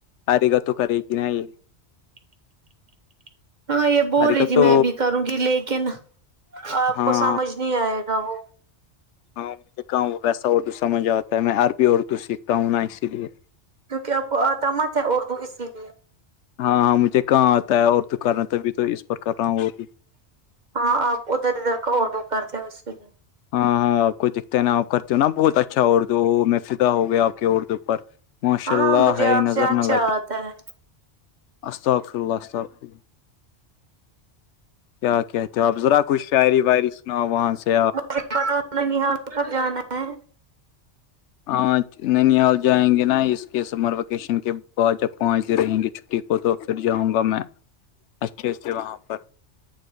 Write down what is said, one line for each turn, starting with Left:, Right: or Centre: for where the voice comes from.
Left: ایگا تو کری کی نہیں
Right: <inaudible> ہاں یہ بول
Left: ارے
Right: رہی
Left: گا
Right: تھی
Left: تو
Right: میں بھی کروں گی لیکن آپ
Left: ہاں
Right: کو سمجھ نہیں آئے گا وہ
Left: ہاں میں کہا ویسا اردو سمجھ آتا ہے میں عربی اردو سیکھتا ہوں نا اسی لیے
Right: کیونکہ آپ کو آتامت ہے اردو اسی لیے
Left: ہاں ہاں مجھے کہاں آتا ہے اور دکان ہے تبھی تو اس پر کر رہا ہوں اور بھی
Right: ہاں آپ ادھر ادھر کا اور دو کرتے ہیں اس پے کیا ل
Left: ہاں ہاں آپ کو دکھتے ہےا آپ کرتی ہوں نا بہت اچھا اردو میں فدا ہو گیا آپ کے اردو پر ماشاء
Right: ہاں
Left: اللہ
Right: مجھے
Left: ہاے
Right: آپ سے
Left: نظر
Right: اچھا
Left: نہ لگے
Right: آتا ہے
Left: استغفر اللہ استغفر اللہ کیا کہتے ہو آپ ذرا کچھ شاعری واعری سناؤ وہاں سے آپ
Right: <inaudible> پتا ہو یہاں کو کب جانا ہے
Left: آج نانیحال جائیں گے نا اس کے سمر ویکیشن کے بعد جب پانچ دن رہیں گے کو تو پھر جاؤں گا میں اچھے سے وہاں پر